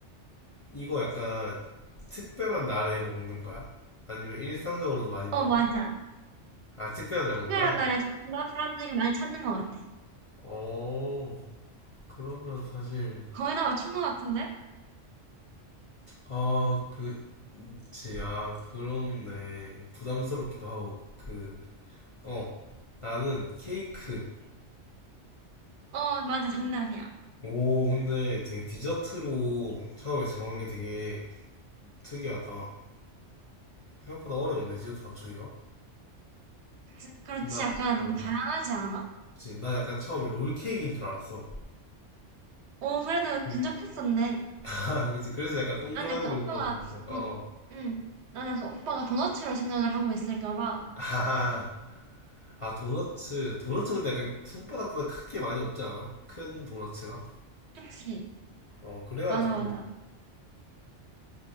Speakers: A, on the left (about 40°); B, on the right (about 70°).
A: 이거 약간 특별한 날에 먹는 거야? 아니면 일상적으로도 많이 먹어?
B: 어, 맞아.
A: 아, 특별한 날에
B: 특별한
A: 먹는 거야?
B: 날에 조금 더 사람들이 많이 찾는 것 같아.
A: 어, 그러면 사실,
B: 거의 다 맞춘 것 같은데?
A: 아, 그, 그치, 아, 그렇네. 부담스럽기도 하고, 그, 어, 나는 케이크.
B: 어, 맞아, 정답이야.
A: 오, 근데 되게 디저트로 처음에 정한 게 되게 특이하다. 생각보다 어려운데, 디저트 맞추기가?
B: <laughs> 지- 그렇지,
A: 나,
B: 약간
A: 어,
B: 너무 다양하지 않아?
A: 그치. 나 약간 처음에 롤케이크인 줄 알았어.
B: 어, 그래도
A: 음,
B: 근접했었네.
A: <laughs> 아, 그치. 그래서 약간 동그라미로
B: 난 약간 오빠가,
A: 물어봤는데, 어,
B: 도-
A: 어.
B: 응, 난 약간 오빠가 도너츠로 생각을 하고 있을까 봐.
A: <laughs> 아, 아, 도너츠. 도너츠 근데 약간 손바닥보다 크게 많이 없지 않아? 큰 도너츠가?
B: 그치.
A: 어, 그래가지고.
B: 맞아, 맞아.